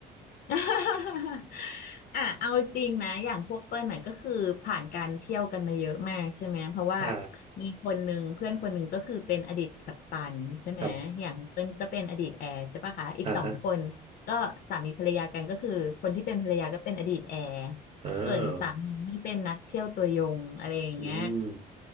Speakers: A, on the left; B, on the right.
A: <laughs> อ่ะเอาจริงนะอย่างพวกเปิ้ลน่ะก็คือผ่านการเที่ยวกันมาเยอะมากใช่ไหมเพราะว่า
B: <laughs> อ่า
A: มีคนหนึ่งเพื่อนคนหนึ่งก็คือเป็นอดีตกัปตันใช่ไหมอย่างเปิ้ลก็เป็นอดีตแอร์ใช่ปะคะอีกสองคนก็สามีภรรยากันก็คือคนที่เป็นภรรยาก็เป็นอดีตแอร์
B: ครับอ่าฮะอ่า
A: สามีนี่เป็นนักเที่ยวตัวยงอะไรอย่างเงี้ย
B: อืม